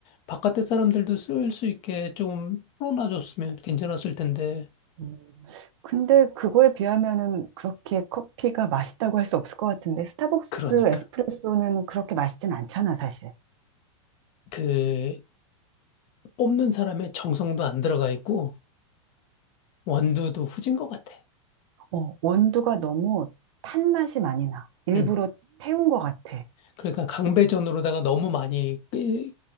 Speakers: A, on the left (about 35°); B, on the right (about 60°).
A: 바깥에 사람들도 쓸 수 있게 좀 풀어놔줬으면 괜찮았을 텐데.
B: 음, 근데 그거에 비하면은 그렇게 커피가 맛있다고 할 수 없을 것 같은데 스타벅스
A: 그러니까
B: 에스프레소는 그렇게 맛있진 않잖아 사실.
A: 그 뽑는 사람의 정성도 안 들어가 있고 원두도 후진 것 같아.
B: 어, 원두가 너무 탄 맛이 많이 나. 일부러
A: 음.
B: 태운 것 같아.
A: 그러니까 강배전으로다가 너무 많이 끄-